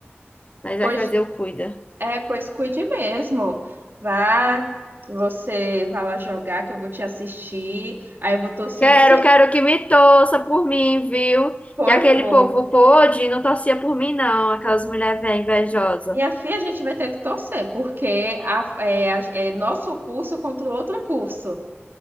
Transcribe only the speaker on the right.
Pois,
é, pois cuide mesmo. Vá, você vai lá jogar, que eu vou te assistir. Aí eu vou torcer,
você.
Pô,
eu vou.
Minha filha, a gente vai ter que torcer, porque a- é, a- é nosso curso contra o outro curso.